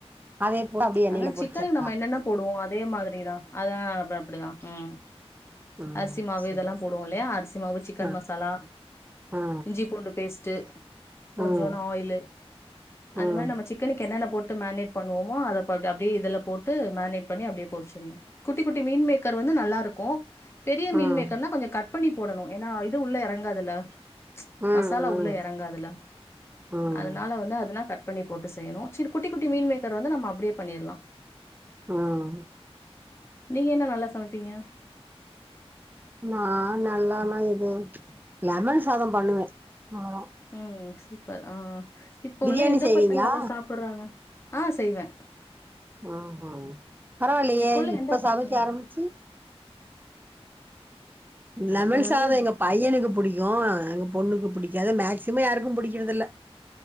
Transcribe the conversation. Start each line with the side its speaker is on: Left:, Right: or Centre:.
Right: அதே போல அப்டியே எண்ணெயில
Left: அதா
Right: பொரிச்சர்தா
Left: சிக்கனக்கு நம்ம என்னென்ன போடுவோ அதே மாதிரிதா அத அ அப்பிடிதா ம்
Right: ம்
Left: அரிசி மாவு
Right: சரி
Left: இதெல்லா போடுவோ இல்லியா அரிசி மாவு சிக்கன்
Right: ஆ
Left: மசாலா
Right: ஆ
Left: இஞ்சி பூண்டு பேஸ் ட்டு கொஞ்சூண்டு
Right: ம்
Left: ஆயிலு
Right: ம்
Left: அந்த மாரி நம்ம சிக் சிக்கனுக்கு என்னென்ன போட்டு மேரினேட் பண்ணுவோமோ அத அப்டியே இதுல போட்டு மேரினேட் பண்ணி அப்டியே பெரிச்சிறணு குட்டி குட்டி மீன் மேக்கர் வந்து நல்லா இருக்கு பெரிய
Right: ம்
Left: மீன் மேக்கர்னா கொஞ்சோ கட் பண்ணி போடணு ஏன்னா இது உள்ள எறங்காதுல்ல
Right: ம்
Left: மசாலா உள்ள எறங்கதுல
Right: ம்
Left: அதனால வந்து அதுனா கட் பண்ணி போட்டு செய்யுனு சிறு குட்டி குட்டி மீன் மேக்கர் வந்து நம்ம அப்பிடியே பண்ணிறலா
Right: ம்
Left: நீங்க என்ன நல்லா சமப்பீங்க
Right: நா நல்லான்னா இது லெமன் சாதோ பண்ணுவே அவ்ளோதா
Left: ம் சூப்பர் ஆ இப்ப
Right: பிரியாணி
Left: உள்ள எந்த
Right: செய்வீங்களா
Left: பசங்க அத சாப்பிட்றாங்க ஆ செய்வே
Right: ஆ ஆ பரவாயில்லயா
Left: உள்ள
Right: இப்ப
Left: எந்த பசங்க
Right: சமைக்க ஆரம்பிச்சு லெமன்
Left: அது வந்து
Right: சாதோ எங்க பையனுக்கு புடிக்கு எங்கள் பொண்ணுக்கு புடிக்காது மேக்சிமம் யாருக்கு புடிக்கிறதில்ல